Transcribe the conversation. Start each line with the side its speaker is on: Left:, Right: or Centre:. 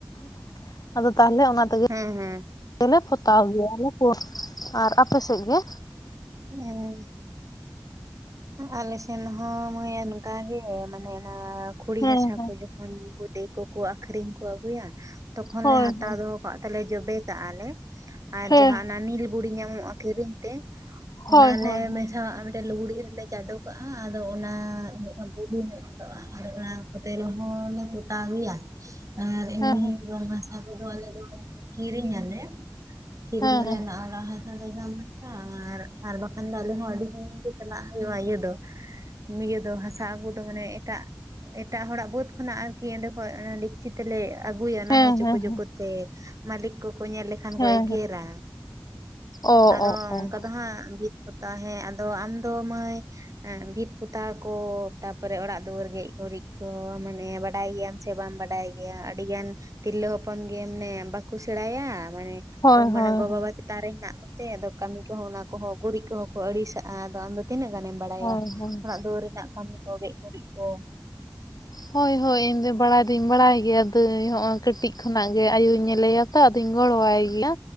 Left: ᱾ ᱟᱫᱚ ᱛᱟᱦᱚᱞᱮ ᱚᱱᱟ ᱛᱮᱜᱮ
Right: ᱦᱮᱸ ᱾
Left: ᱛᱮᱞᱮ ᱯᱚᱛᱟᱣ ᱜᱮᱭᱟ ᱟᱞᱮ ᱠᱚ, ᱟᱨ ᱟᱯᱮ ᱥᱮᱫ ᱜᱮ?
Right: ᱮᱸᱻ ᱟᱞᱮ ᱥᱮᱱ ᱦᱚᱸ ᱢᱟᱹᱭ ᱱᱚᱝᱠᱟ ᱜᱮ ᱢᱟᱱᱮ ᱚᱱᱟ ᱠᱷᱩᱲᱤ
Left: ᱦᱮᱸ
Right: ᱦᱟᱥᱟ
Left: ᱦᱮᱸ
Right: ᱠᱚ ᱡᱚᱠᱷᱚᱱ ᱜᱩᱰᱮ ᱠᱚᱠᱚ ᱟᱠᱷᱨᱤᱧ ᱠᱚ ᱟᱹᱜᱩᱭᱟ, ᱛᱚᱠᱷᱚᱱ
Left: ᱦᱳᱭ
Right: ᱞᱮ ᱦᱟᱛᱟᱣ
Left: ᱦᱳᱭ
Right: ᱫᱚᱦᱚ ᱠᱟᱜ ᱛᱟᱞᱮ ᱡᱚᱵᱮ ᱠᱟᱜᱼᱟ ᱞᱮ ᱟᱨ
Left: ᱦᱮᱸ
Right: ᱡᱟᱦᱟᱸ ᱚᱱᱟ ᱱᱤᱞ ᱵᱩᱲᱤ ᱧᱟᱢᱚᱜᱼᱟ ᱠᱤᱨᱤᱧ ᱛᱮ
Left: ᱦᱳᱭ
Right: ᱚᱱᱟᱞᱮ
Left: ᱦᱳᱭ
Right: ᱢᱮᱥᱟᱣᱟᱜ-ᱟ ᱢᱤ ᱴᱟᱹᱜ ᱞᱩᱜᱽᱲᱤ ᱨᱮ ᱞᱮ ᱪᱟᱰᱚ ᱠᱟᱜᱼᱟ ᱟᱫᱚ ᱚᱱᱟ ᱤᱱᱟᱹᱡᱷᱟᱱ ᱵᱩᱞᱩ ᱧᱚᱜ ᱧᱮᱞᱚᱜᱼᱟ ᱨᱟᱜᱽᱲᱟᱣ ᱠᱚᱛᱮ ᱨᱮᱦᱚᱸ ᱞᱮ ᱯᱚᱷᱛᱟᱣ ᱜᱮᱭᱟ᱾ ᱟᱨ ᱮᱢᱱᱤ
Left: ᱦᱮᱸ
Right: ᱨᱚᱝ ᱦᱟᱥᱟ ᱠᱚᱫᱚ ᱟᱞᱮ ᱫᱚ ᱠᱤᱨᱤᱧ ᱟᱞᱮ ᱠᱤᱨᱤᱧ
Left: ᱦᱮᱸ
Right: ᱫᱚᱞᱮ ᱚᱱᱟ ᱟᱲᱟᱜ ᱦᱟᱥᱟ ᱫᱚ ᱫᱟᱢ ᱦᱟᱥᱟ ᱟᱨ ᱟᱨ ᱵᱟᱠᱷᱟᱱ ᱫᱚ ᱟᱞᱮ ᱦᱚᱸ ᱟᱹᱰᱤ <inaudible> ᱜᱮ ᱪᱟᱞᱟᱜ ᱦᱩᱭᱩᱜᱼᱟ ᱤᱭᱟᱹ ᱫᱚ, ᱤᱭᱟᱹ ᱫᱚ ᱦᱟᱥᱟ ᱟᱹᱜᱩ ᱛᱚ ᱢᱟᱱᱮ ᱮᱴᱟᱜ, ᱮᱴᱟᱜ ᱦᱚᱲᱟᱜ ᱵᱟᱹᱫ ᱠᱷᱚᱱᱟᱜ ᱟᱨᱠᱤ ᱚᱸᱰᱮ ᱠᱷᱚᱡ ᱰᱮᱠᱪᱤ ᱛᱮᱞᱮ ᱟᱹᱜᱩᱭᱟ ᱚᱱᱟᱦᱚᱸ
Left: ᱦᱮᱸ
Right: ᱪᱩᱠᱩ
Left: ᱦᱮᱸ
Right: ᱪᱩᱠᱩ ᱛᱮ ᱢᱟᱹᱞᱤᱠ ᱠᱚᱠᱚ ᱧᱮᱞ ᱞᱮᱠᱷᱟᱱ
Left: ᱦᱮᱸ
Right: ᱠᱚ ᱮᱜᱮᱨᱟ
Left: ᱦᱮᱸ ᱚ
Right: ᱟᱫᱚ
Left: ᱚ ᱚ
Right: ᱚᱱᱠᱟ ᱫᱚ ᱦᱟᱸᱜ ᱵᱷᱤᱛ ᱯᱚᱛᱟ ᱦᱮᱸ ᱟᱫᱚ ᱟᱢᱫᱚ ᱢᱟᱹᱭ ᱮᱸ ᱵᱷᱤᱛ ᱯᱚᱛᱟᱣ ᱠᱚ ᱛᱟᱯᱚᱨᱮ ᱚᱲᱟᱜ ᱫᱩᱣᱟᱹᱨ ᱜᱮᱡ ᱜᱩᱨᱤᱡ ᱠᱚ ᱢᱟᱱᱮ ᱵᱟᱰᱟᱭ ᱜᱮᱭᱟᱢ? ᱥᱮ ᱵᱟᱢ ᱵᱟᱰᱟᱭ ᱜᱮᱭᱟ? ᱰᱤ ᱜᱟᱱ ᱛᱤᱨᱞᱟᱹ ᱦᱚᱯᱚᱱ ᱜᱮ ᱢᱟᱱᱮ ᱵᱟᱠᱚ ᱥᱮᱲᱟᱭᱟ ᱢᱟᱱᱮ
Left: ᱦᱳᱭ
Right: ᱚ
Left: ᱦᱳᱭ ᱦᱳᱭ
Right: ᱢᱟᱱᱮ ᱜᱚ ᱵᱟᱵᱟ ᱛᱤ ᱛᱟ ᱨᱮ ᱦᱮᱱᱟᱜ ᱠᱚᱛᱮ ᱟᱫᱚ ᱠᱟᱹᱢᱤ ᱠᱚᱦᱚᱸ ᱚᱱᱟ ᱠᱚᱦᱚᱸ ᱜᱩᱨᱤᱡ ᱠᱚᱦᱚᱸ ᱠᱚ ᱟᱹᱲᱤᱥᱟᱜᱼᱟ ᱟᱫᱚ ᱟᱢᱫᱚ ᱛᱤᱱᱟᱹᱜ ᱜᱟᱱᱮᱢ ᱵᱟᱲᱟᱭᱟ
Left: ᱦᱳᱭ ᱦᱳᱭ
Right: ᱚᱲᱟᱜ ᱫᱩᱣᱟᱹᱨ ᱨᱮᱱᱟᱜ ᱠᱟᱹᱢᱤ ᱠᱚ ᱜᱮᱡ ᱜᱩᱨᱤᱡ ᱠᱚ
Left: ᱦᱳᱭ ᱦᱳᱭ ᱤᱧ ᱫᱚ ᱵᱟᱲᱟᱭ ᱫᱩᱧ ᱵᱟᱲᱟᱭ ᱜᱮᱭᱟ ᱫᱟᱹᱭ ᱦᱚᱸᱜᱼᱚᱭ ᱠᱟᱹᱴᱤᱡ ᱠᱷᱚᱱᱟᱜ ᱜᱮ ᱟᱭᱩᱧ ᱧᱮᱞᱮᱭᱟ ᱛᱚ ᱟᱫᱚᱧ ᱜᱚᱲᱚᱣᱟᱭ ᱜᱮᱭᱟ